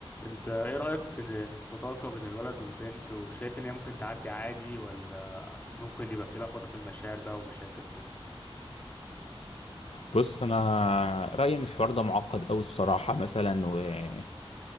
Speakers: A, on the left; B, on the left.
A: انت ايه رأيك بين- في الصداقة بين الولد والبنت وشايف ان هي ممكن تعدي عادي ولا ممكن يبقى في لخبطة في المشاعر بقى ومشاكل وكده
B: بص انا رايي ان الحوار ده معقد قوي الصراحه مثلا وفي